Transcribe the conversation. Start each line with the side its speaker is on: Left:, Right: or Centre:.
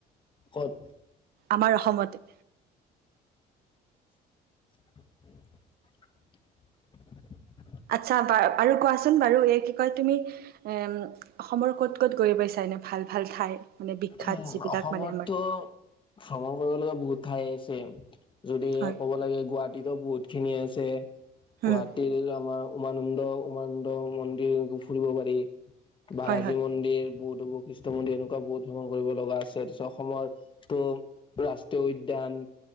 Left: ক'ত
Right: আমাৰ অসমতে
Left: <unintelligible>
Right: আচ্ছা বা আৰু কোৱাচোন বাৰু এই কি কয় তুমি এ অসমৰ ক'ত ক'ত গৈ পাইছা এনে ভাল ভাল ঠাই মানে বিখ্যাত
Left: উম
Right: যিবিলাক
Left: অসমতো
Right: মানে আমাৰ
Left: ভ্ৰমণ কৰিব লগা বহুত ঠাই আছে চেইম যদি
Right: হয়।
Left: ক'ব লাগে গুৱাহাটীতো বহুত খিনি আছে
Right: হুম,
Left: গুৱাহাটীৰ আমাৰ উমানন্দ উমানন্দ মন্দিৰ ফুৰিব পাৰি। বালাজী
Right: হয় হয়।
Left: মন্দিৰ বুট বৈশিষ্ট মন্দিৰ এনেকোৱা বহুত ভ্ৰমণ কৰিব লগা আছে অসমৰ ত ৰাষ্ট্ৰীয় উদ্যান